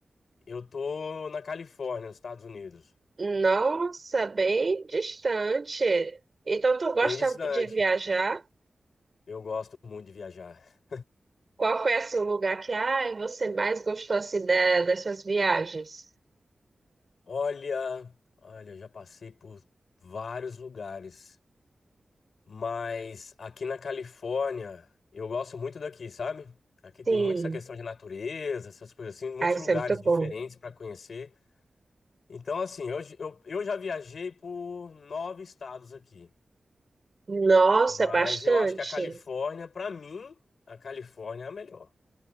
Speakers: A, on the left; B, on the right.
A: Eu estou na Califórnia, nos Estados Unidos,
B: Nossa, bem distante. Então, tu gosta
A: bem distante.
B: de viajar?
A: Eu gosto muito de viajar.
B: Qual foi assim, o lugar que ah, você mais gostou assim, da, das suas viagens?
A: Olha, olha, eu já passei por vários lugares. Mas aqui na Califórnia, eu gosto muito daqui, sabe? Aqui tem
B: Sim.
A: muito essa questão de natureza, essas coisas assim, muitos
B: Ah, isso
A: lugares
B: é muito
A: diferentes
B: bom.
A: para conhecer. Então, assim, eu, eu, eu já viajei por nove estados aqui,
B: Nossa,
A: mas
B: bastante.
A: eu acho que a Califórnia, para mim, a Califórnia é a melhor.